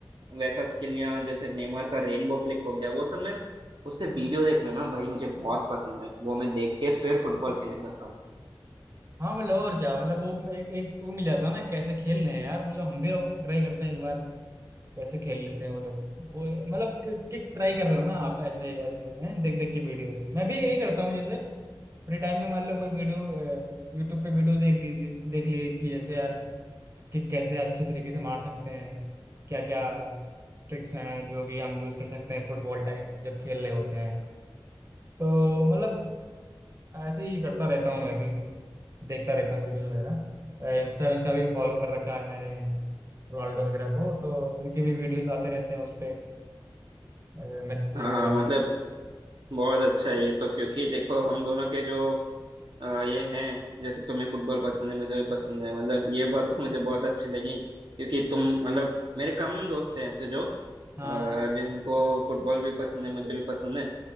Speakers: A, on the right; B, on the right.
A: वैसा स्किल या जैसे नेमार का रेनबो फ्लिक हो गया वो सब में उसके वीडियो देखना ना भाई मुझे बहुत पसंद है वो मैं देख के फिर फुटबॉल खेलने जाता हूँ
B: हाँ मतलब और क्या मतलब वो एक एक तो वो मिल जाता है ना कैसे खेल रहे हैं यार मतलब हम भी ट्राई करते हैं एक बार कैसे खेल लेते हैं वो लोग वो मतलब किक ट्राई कर रहे हो ना आप ऐसे ऐसे हैं देख देख के वीडियोस मैं भी यही करता हूँ जैसे फ्री टाइम में मान लो कोई वीडियो यूट्यूब पे वीडियो देख लीजिए देख लिए कि जैसे यार किक कैसे अच्छे तरीके से मार सकते हैं क्या क्या ट्रिक्स हैं जो कि हम यूज कर सकते हैं फुटबॉल टाइम जब खेल रहे होते हैं तो मतलब ऐसे ही करता रहता हूँ मैं भी देखता रहता हूँ वीडियोस वगैरह इंस्टा इंस्टा भी फॉलो कर रखा है मैंने रोनाल्डो वगैरह को तो उनके भी वीडियोस आते रहते हैं उस पे अ, मेस्सी
A: हाँ
B: वगैरह
A: मतलब बहुत अच्छा है ये तो क्योंकि देखो हम दोनों के जो अ, ये हैं जैसे तुम्हें फुटबॉल पसंद है मुझे भी पसंद है मतलब ये बात तो मुझे बहुत अच्छी लगी क्योंकि तुम मतलब मेरे कम दोस्त हैं ऐसे जो अ,
B: हाँ हाँ
A: जिनको फुटबॉल भी पसंद है मुझे भी पसंद है